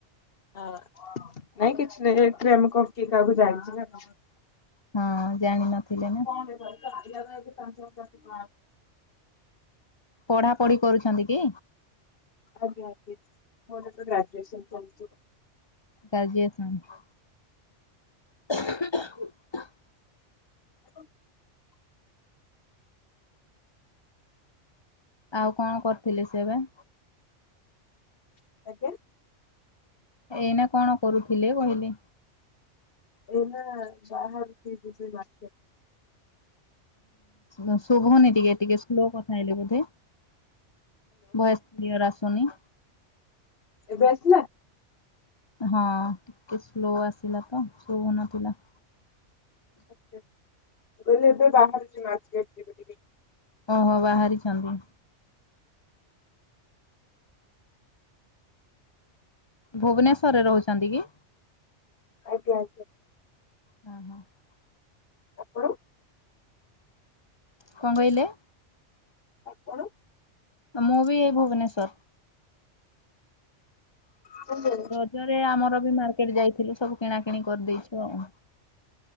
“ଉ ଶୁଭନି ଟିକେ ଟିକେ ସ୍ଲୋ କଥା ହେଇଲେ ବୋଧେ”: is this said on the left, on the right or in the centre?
Left